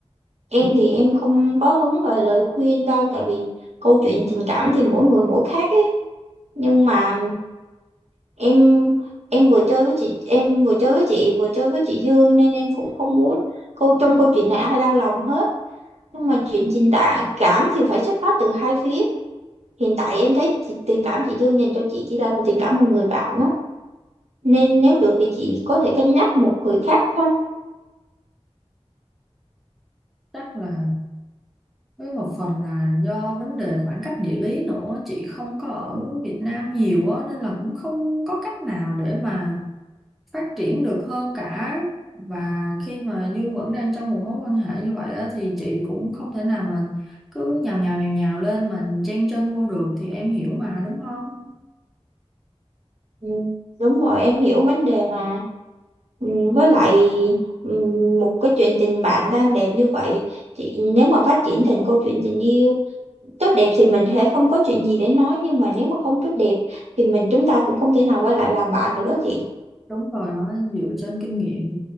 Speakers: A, on the right; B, in the centre.
A: em
B: Ừ.
A: thì em không có hướng về lời khuyên đâu, tại vì câu chuyện tình cảm thì mỗi người mỗi khác ấy. Nhưng mà em em vừa chơi với chị em vừa chơi với chị vừa chơi với chị Dương nên em cũng không muốn câu trong câu chuyện này ai đau lòng hết nhưng mà chuyện tình tạ cảm thì phải xuất phát từ hai phía hiện tại em thấy chị, tình cảm chị Dương dành cho chị chỉ là một tình cảm một người bạn đó nên nếu được thì chị có thể cân nhắc một người khác không
B: chắc là với một phần là do vấn đề khoảng cách địa lý nữa chị không có ở Việt Nam nhiều á nên là cũng không có cách nào để mà phát triển được hơn cả và khi mà Dương vẫn đang trong một mối quan hệ như vậy á, thì chị cũng không thể nào mà cứ nhào nhào nhào nhào lên mà chen chân vô được thì em hiểu mà đúng không?
A: Ừ. Đúng rồi, em hiểu vấn đề mà. Ừ, Với lại ừ, một cái chuyện tình bạn đang đẹp như vậy, chị nếu mà phát triển thành câu chuyện tình yêu tốt đẹp thì mình sẽ không có chuyện gì để nói nhưng mà nếu mà không tốt đẹp thì mình chúng ta cũng không thể nào quay lại làm bạn nữa chị
B: Đúng rồi đó, dựa trên kinh nghiệm